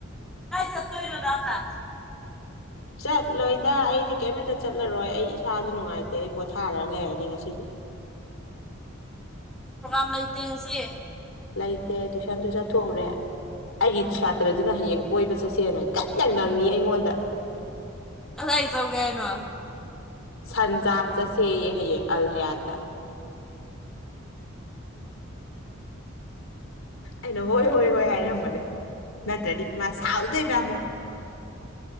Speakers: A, in the centre; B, on the left.
A: ꯀꯥꯏ ꯆꯠꯇꯣꯏꯔꯣ ꯅꯪꯅ
B: ꯆꯠꯂꯣꯏꯗ ꯑꯩꯗꯤ ꯀꯩꯃꯇ ꯆꯠꯂꯔꯣꯏ ꯑꯩ ꯏꯁꯥꯁꯨ ꯅꯨꯡꯉꯥꯏꯇꯦ ꯑꯩ ꯄꯣꯊꯥꯔ ꯂꯩꯔꯅꯤ ꯉꯁꯤꯗꯤ
A: ꯄ꯭ꯔꯣꯒꯥꯝ ꯂꯩꯇꯦ ꯉꯁꯤ
B: ꯂꯩꯇꯦ ꯇꯨꯏꯁꯟꯁꯨ ꯆꯠꯊꯣꯛꯎꯔꯦ ꯑꯩꯒꯤ ꯁꯥꯇ꯭ꯔꯗꯨꯅ ꯍꯌꯦꯡ ꯀꯣꯏꯕ ꯆꯠꯁꯦꯅ ꯀꯟꯅ ꯉꯪꯏ ꯑꯩꯉꯣꯟꯗ
A: ꯀꯥꯗꯥꯏ ꯆꯧꯒꯦ ꯍꯥꯏꯅꯣ
B: ꯁꯟ ꯆꯥꯕ ꯆꯠꯁꯦꯌꯦ ꯍꯌꯦꯡ ꯑꯜ ꯍꯌꯥꯠꯇ ꯑꯩꯅ ꯍꯣꯏ ꯍꯣꯏ ꯍꯣꯏ ꯍꯥꯏꯔꯝꯕꯅꯦ ꯅꯠꯇ꯭ꯔꯗꯤ ꯃꯥ ꯁꯥꯎꯗꯣꯏꯕ ꯑꯃꯨꯛ